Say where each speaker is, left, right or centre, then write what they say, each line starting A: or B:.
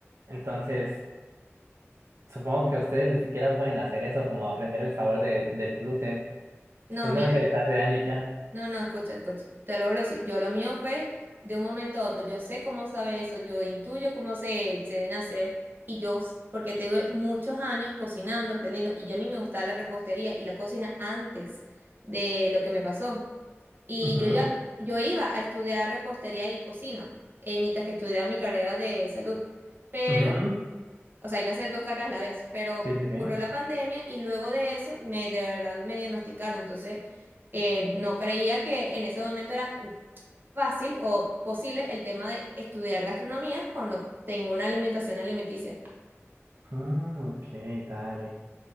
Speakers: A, on the right; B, on the right.
A: Entonces, supongo que ustedes ni siquiera pueden hacer eso, como aprender el sabor de- del gluten,
B: No,
A: simplemente
B: mira.
A: les hace daño y ya.
B: No, no, escucha, escucha. Te lo hablo así. Yo lo mío fue de un momento a otro. Yo sé cómo sabe eso, yo intuyo cómo se, se deben hacer. Y yo, s- porque te tuve muchos años cocinando, aprendiendo, y yo a mí me gustaba la repostería y la cocina antes de lo que me pasó. Y
A: Ujú,
B: yo iba, yo iba a estudiar repostería y cocina, eh, mientras que estudiaba mi carrera de salud. Pero
A: ujú.
B: o sea, iba a hacer dos carreras a la vez, pero
A: Sí, sí,
B: ocurrió
A: sí.
B: la pandemia y luego de eso me de verdad me diagnosticaron. Entonces, eh, no creía que en ese momento era fácil o posible el tema de estudiar gastronomía cuando tengo una alimentación alimenticia.
A: Ah, ok, dale.